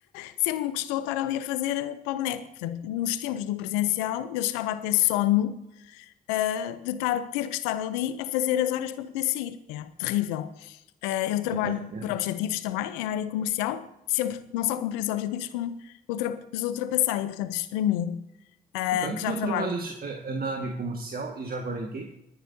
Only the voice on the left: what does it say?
sempre me custou estar ali a fazer eh, para o boneco. Portanto, nos tempos do presencial, eu chegava a ter sono ah, de estar, ter que estar ali a fazer as horas para poder sair. É terrível. Ah, eu trabalho
por objetivos também, é a área comercial, sempre não só cumpri os objetivos, como ultra, os ultrapassei. E, portanto, isto para mim, ah,
que já
trabalho